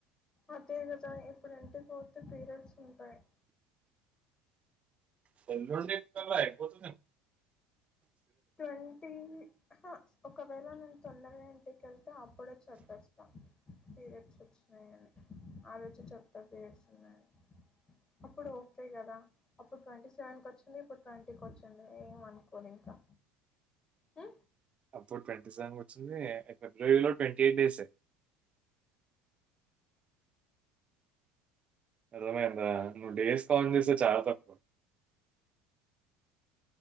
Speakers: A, on the left; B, on the right.
A: అదే కదా ఇప్పుడు ఎంటి ఫర్త్ పీరియడ్స్ ఉంటాయి
B: పల్ండిే క ఎపోతు
A: ట్వంటీ హ ఒకవేళ నేను తొందరగా ఇంటికెళ్ అప్పుడే చంపేస్తా పీరియడ్స్ వచ్చినాయని ఆ రచు చెప్తా పీరియడ్స్ ఉన్నాయని అప్పుడు ఓకే కదా అప్పుడు ట్వంటీ సెవెన్కి వచ్చింది ఇప్పుడు ట్వంటీకి వచ్చింది ఏమ అనుకోదు ఇంకా ఉ
B: అప్పుడు ట్వంటీ సెవెన్ వచ్చింది ఫిబ్రవరిలో ట్వంటీ ఎయిట్ డేస్ అదమందా నువ్వు డేస్ కాన్ చేస్తే చాలా తక్కువ